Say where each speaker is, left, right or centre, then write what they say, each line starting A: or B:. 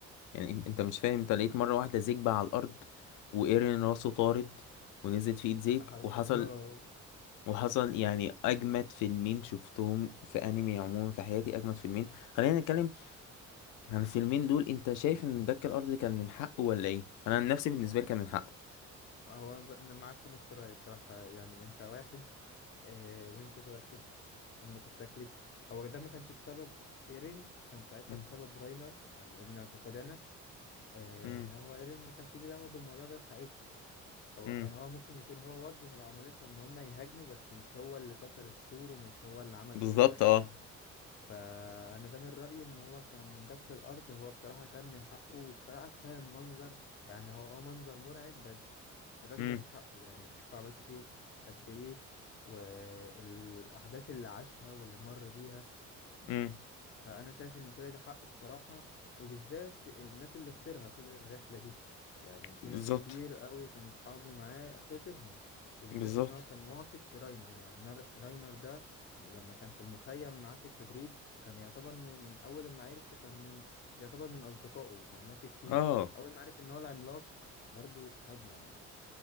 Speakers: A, on the left; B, on the left.
A: يعني إن- انت مش فاهم انت لقيت مرة واحدة زيك بقى على الأرض وإيرين راسه طارت ونزلت في ايد زيك
B: حرفيا
A: وحصل
B: <laughs> هو
A: وحصل يعني أجمد فيلمين شفتهم في أنمي عموما في حياتي أجمد فيلمين خلينا نتكلم عن الفيلمين دول انت شايف ان دك الأرض كان من حقه ولا ايه؟ أنا عن نفسي بالنسبة لي كان من حقه
B: هو أنا ب- أنا معاك في نفس الرأي بصراحة يعني انت واحد آه وانت صغير شفت امك اتاكلت هو ده ما كانش بسبب ايرين كان ساعتها
A: مم.
B: بسبب راينر يعني ده من اعتقادنا آه
A: مم.
B: ان هو ايرين ما كانش ليه دعوه بالموضوع ده ساعتها هو
A: مم.
B: كان اه ممكن يكون هو وجه العمالقه ان هم يهاجموا بس مش هو اللي كسر السور ومش هو اللي عمل
A: بالظبط
B: كل ده
A: اه
B: فانا ده من رايي ان هو كان دك الارض هو بصراحه كان من حقه بصراحه كفايه المنظر يعني هو اه منظر مرعب بس الراجل
A: مم.
B: بياخد حقه يعني انت شوف عملته فيه قد ايه والاحداث اللي عاشها واللي مر بيها
A: مم.
B: فانا شايف ان كل ده حقه بصراحه وبالذات الناس اللي خسرها طول الرحله دي يعني في
A: بالظبط
B: ناس كتير قوي كانوا اصحابه معاه خسرهم وبالذات
A: بالظبط
B: ان هو كان واثق في راينر يعني نار- راينر ده لما كان في المخيم معاه في التدريب كان يعتبر من اول ما عرفه كان من يعتبر من اصدقائه وكان واثق فيه
A: اه
B: اول ما عرف ان هو العملاق برضو صدمه يعني